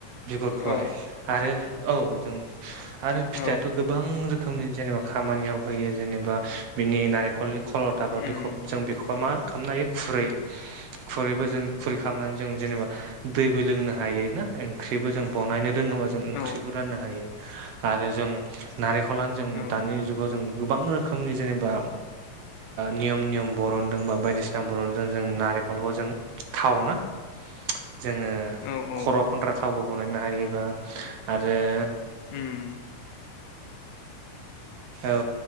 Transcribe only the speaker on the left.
औ
औ
उम
औ
औ
औ औ
उम